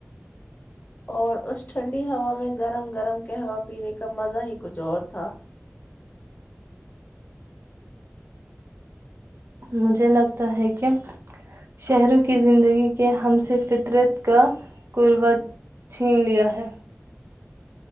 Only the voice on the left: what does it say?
اور اس ٹھنڈی ہوا میں گرم گرم کے ہوا پینے کا مزہ ہی کچھ اور تھا